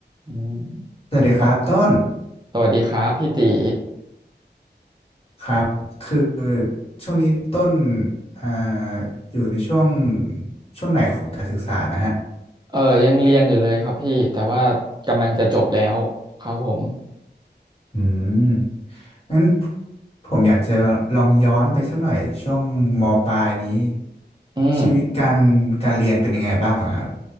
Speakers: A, on the right (about 25°); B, on the left (about 30°).
A: อืมส
B: สวัสดีครับต้น
A: สวัสดีครับพี่ตี
B: ครับคือช่วงนี้ต้นอ่าอยู่ในช่วงช่วงไหนของการศึกษานะฮะ
A: เออยังเรียนอยู่เลยครับพี่แต่ว่ากำลังจะจบแล้วครับผม
B: อืมงั้นผมอยากจะลองย้อนไปสักหน่อยช่วงมปลายนี้
A: อืม
B: ชีวิตการการเรียนเป็นยังไงบ้างเหรอครับ